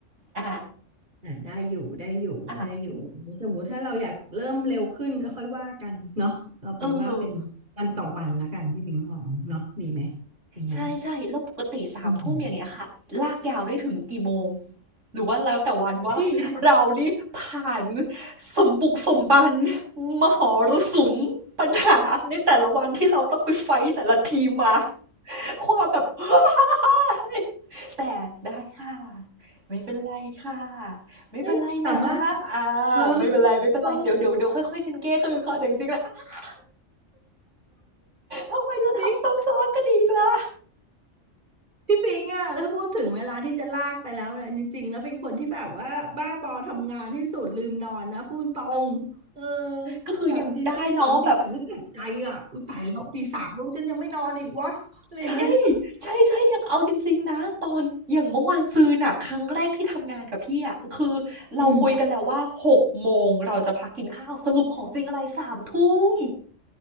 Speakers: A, on the right; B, on the right.
A: อ่ะ
B: อ่าได้อยู่ได้อยู่ได้อยู่สมมติถ้าเราอยากเริ่มเร็วขึ้นก็ค่อยว่ากันเนาะเราเป็นว่าเป็นวันต่อวันละกันพี่บิงมองเนาะดีไหม
A: อ่ะเออ
B: อย่างนั้น
A: ใช่ๆแล้วปกติ3ทุ่มอย่างเงี้ยค่ะลากยาวได้ถึงกี่โมง
B: อืม
A: หรือว่าแล้วแต่วันว่าเรานี่ผ่าน
B: พี่นะ
A: สมบุกสมบันมหรสุมปัญหาในแต่ละวันที่เราต้องไปไฟต์แต่ละทีมมาความแบบ <laughs> แต่ได้ค่ะไม่เป็นไรค่ะไม่เป็นไรนะ
B: ไม่สามารถ
A: อา
B: เออ
A: ไม่เป็นไรๆเป็นไรเดี๋ยวเดี๋ยวเดี๋ยวค่อยๆกันแก้คือคแต่จริงๆแล้วอ้าว
B: เออ
A: ทำไมเราทำซ้ำซ้อนกันอีกล่ะ
B: พี่พี่ปิงอะแล้วพูดถึงเวลาที่จะลากไปแล้วเนี่ยจริงๆแล้วเป็นคนที่แบบว่าบ้าบอทำงานที่สุดลืมนอนนะพูดตรงเออ
A: ก็คือยังได้เนาะแบบ
B: อย่างบางทีตีสองตีสามก็ตกใจอ่ะอุ้ยตายแล้วตีสามแล้วฉันยังไม่นอนอีกวะอะไรอย่างเงี้ย
A: ใช่ใช่ๆอยากเอาจริงๆนะ ตอนอย่างเมื่อวานซืนน่ะครั้งแรกที่ทำงานกับพี่อะคือ เราคุยกันแล้วว่า6โมงเราจะพักกินข้าว
B: อืม
A: สรุปของจริงอะไร3ทุ่ม